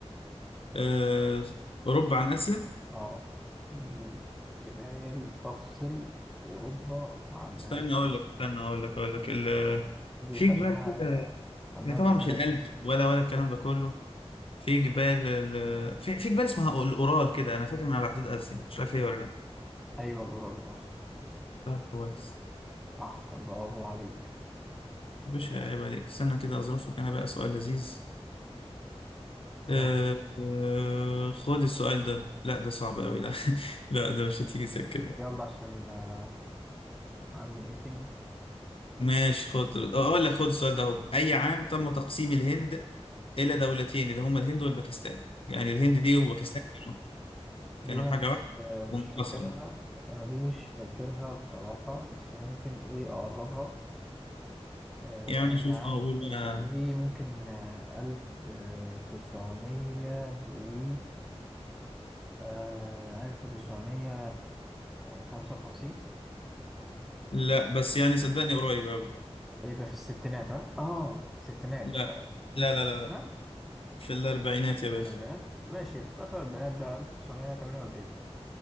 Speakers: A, on the left; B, in the centre.
A: آه. اوروبا عن اسيا
B: آه دي جبال تفصل أوروبا عن
A: استنى
B: آسيا
A: اقول لك استنى اقول لك اقول لك ال...
B: دي
A: في
B: خدناها
A: جبال كده
B: خدناها
A: هي طبعا
B: زمان
A: مش الألب ولا ولا الكلام ده كله في جبال ال... في... في جبال اسمها الاورال كده انا فاكر انها على حدود اسيا مش عارف هي ولا لا
B: أيوة الأورال صح
A: طب كويس
B: صح برافو عليك
A: يا باشا عيب عليك استنى كده اظرف لك انا بقى سؤال لذيذ آه
B: آه.
A: آه خد السؤال ده لا ده صعب قوي لا <laughs> لا ده مش هتيجي سكة
B: يلا عشان آه، عندي ميتنج
A: ماشي خد اقول لك خد السؤال ده اهو اي عام تم تقسيم الهند الى دولتين اللي هما الهند والباكستان يعني الهند دي وباكستان كانوا كانوا
B: دي انا
A: حاجه
B: مش
A: واحده
B: آه، مش
A: وانقسموا
B: فاكرها انا دي مش فاكرها بصراحة بس ممكن ايه اقربها آه،
A: يعني شوف
B: اي عام
A: اقول انا
B: دي ممكن آه، الف آه، تسعمية و آه، الف تسعمية خمسة وخمسين
A: لا بس يعني صدقني قريب أوي
B: يبقى في الستينات ها اه في الستينات
A: لا
B: اه
A: لا
B: مش في
A: لا
B: الستينات
A: لا لا في الاربعينات يا باشا
B: في الاربعينات ماشي في اخر الاربعينات بقى الف تسعمية تمانية واربعين